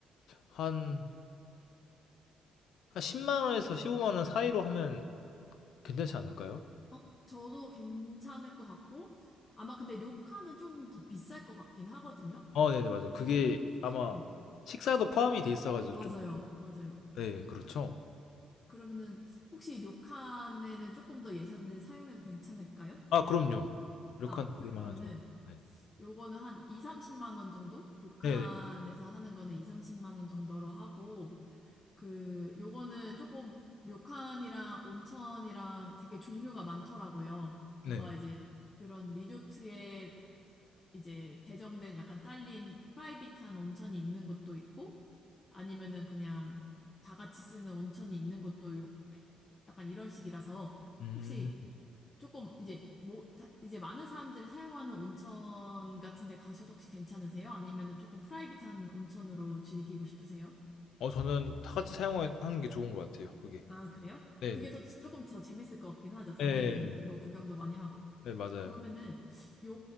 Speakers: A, on the left; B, on the left.
A: 한, 한 10만 원에서 15만 원 사이로 하면 괜찮지 않을까요?
B: 어? 저도 괜찮을 것 같고 아마 근데 료칸은 좀 더 비쌀 것 같긴 하거든요.
A: 어, 네네, 맞아요.
B: 이게-
A: 그게 아마
B: 네,
A: 식사도 포함이 돼 있어가지고
B: 맞아요.
A: 좀,
B: 맞아요.
A: 네, 그렇죠.
B: 그러면은 혹시 료칸에는 조금 더 예산을 사용해도 괜찮을까요?
A: 아, 그럼요. 료칸
B: 아,
A: 그럴만
B: 그러면은
A: 하죠. 네.
B: 요거는 한 2, 30만 원 정도? 료칸에서
A: 네네,
B: 하는 거는 2, 30만 원 정도로 하고, 그, 요거는 조금 료칸이랑 온천이랑 되게 종류가 많더라고요.
A: 네.
B: 뭔가 이제 그런 리조트에 이제 배정된 약간 딸린 프라이빗한 온천이 있는 곳도 있고, 아니면은 그냥 다 같이 쓰는 온천이 있는 곳도 요- 약간 이런 식이라서,
A: 음,
B: 혹시 조금 이제 뭐 다- 이제 많은 사람들이 사용하는 온천 같은 데 가셔도 혹시 괜찮으세요? 아니면은 조금 프라이빗한 온천으로 즐기고 싶으세요?
A: 어, 저는 다 같이 사용하는 게 좋은 것 같아요, 그게.
B: 아, 그래요?
A: 네네.
B: 그게 더 지- 조금 더 재밌을 것 같긴 하죠. 다른
A: 네, 네,
B: 거 구경도 많이 하고.
A: 네, 맞아요.
B: 그러면은 요